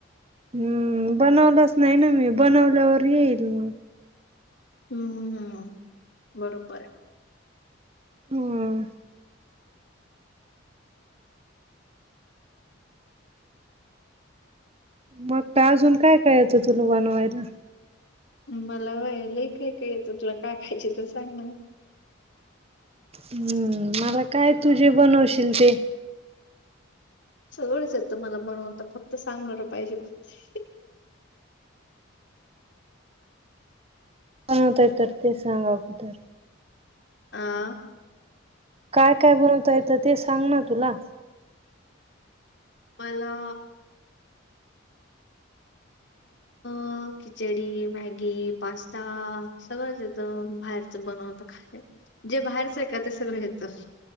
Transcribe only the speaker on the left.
हम्म हम्म बरोबर आहे.
मला व्हय लय कायकाय येत तुला काय खायच तर सांग
सगवळच येत मला बणवता फक्त सांगणार पाहिजे कोणतरी.
आं
मला..? ऊ खिचडी मॅगी पास्ता सगळंच येतं बाहेरच बनव जे बाहेरच आहे का ते सगळं येत.